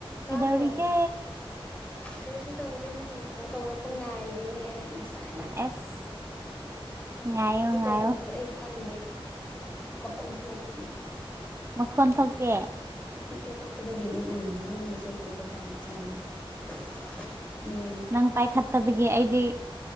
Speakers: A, on the left (about 15°); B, on the right (about 25°).
A: ꯇꯥꯕ꯭ꯔꯣ
B: ꯀꯩꯗꯧꯔꯤꯒꯦ
A: ꯀꯔꯤꯁꯨ ꯇꯧꯦ ꯅꯪꯒꯤ ꯐꯣ ꯇꯧꯔꯛ ꯄ ꯉꯥꯏꯔꯤꯅꯦ ꯑꯩ ꯉꯁꯥꯏꯅ
B: ꯑꯦꯁ ꯉꯥꯏꯌꯣ
A: ꯍꯧꯖꯤꯛ
B: ꯉꯥꯏꯌꯣ
A: ꯀꯣꯜ ꯇꯧꯔꯁꯨ ꯑꯩ ꯈꯪꯗꯦ ꯃꯀꯨ ꯊꯣꯛꯇꯦ
B: ꯃꯈꯣꯟ ꯊꯣꯛꯀꯦ
A: ꯃꯀꯣ ꯊꯣꯛꯇꯕꯒꯤꯅꯦ ꯎꯝ ꯅꯪꯒꯤ ꯃꯦꯁꯦꯖ ꯎꯔꯀꯥꯟꯗ ꯆꯪꯉꯤꯅꯦ ꯌꯃ
B: ꯅꯪ ꯄꯥꯏꯈꯠꯇꯕꯒꯤ ꯑꯩꯗꯤ